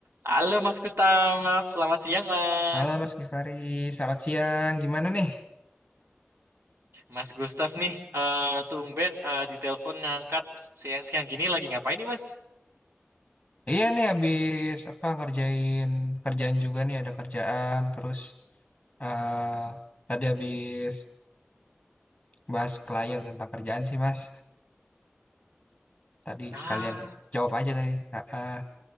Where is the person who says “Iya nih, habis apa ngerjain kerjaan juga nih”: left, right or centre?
Left